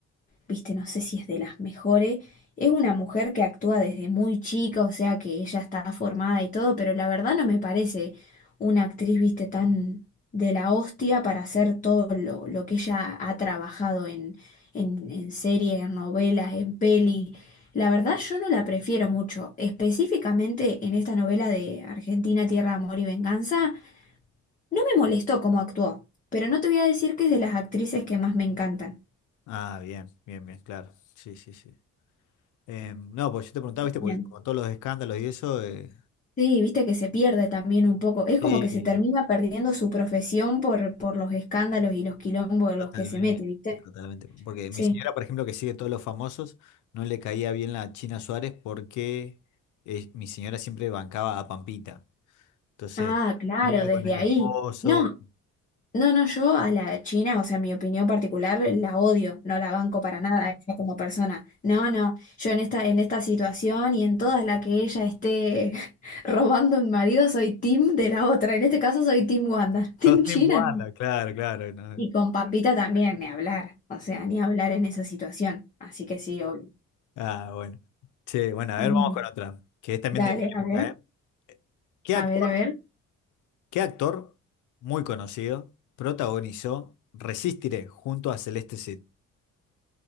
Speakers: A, on the left; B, on the left.
A: viste, no sé si es de las mejores. Es una mujer que actúa desde muy chica, o sea que ella está formada y todo, pero la verdad no me parece una actriz, viste, tan de la hostia para hacer todo lo, lo que ella ha trabajado en, en, en series, en novelas, en peli. La verdad yo no la prefiero mucho, específicamente en esta novela de Argentina, Tierra, Amor y Venganza. No me molestó cómo actuó, pero no te voy a decir que es de las actrices que más me encantan.
B: Ah, bien, bien, bien, claro, sí, sí, sí. Eh, no, pues yo te preguntaba,
A: Bien.
B: viste, porque con todos los escándalos y eso, eh,
A: Sí, viste que se pierde también un poco. Es
B: Sí,
A: como que se termina perdiendo su profesión por, por los escándalos y los quilombos en
B: totalmente.
A: los que se mete, ¿viste?
B: Totalmente. Porque
A: Sí.
B: mi señora, por ejemplo, que sigue todos los famosos, no le caía bien la China Suárez porque eh, mi señora siempre bancaba a Pampita. Entonces,
A: Ah, claro,
B: lío
A: desde
B: con el
A: ahí.
B: esposo.
A: No, no, no, yo a la China, o sea, mi opinión particular, la odio, no la banco para nada, a ella como persona. No, no, yo en esta, en esta situación y en todas las que ella esté <laughs> robando un marido, soy team de la otra. En este caso soy team Wanda. Team
B: Los
A: China.
B: Team Wanda, claro, claro. no.
A: Y con Pampita también, ni hablar, o sea, ni hablar en esa situación. Así que sí, obvio.
B: Ah, bueno. Che, bueno, a
A: Bien.
B: ver, vamos con otra, que es también
A: Dale,
B: de mi época,
A: a ver,
B: ¿eh? ¿Qué
A: a
B: actor,
A: ver, a ver,
B: qué actor muy conocido protagonizó Resistiré junto a Celeste Cid?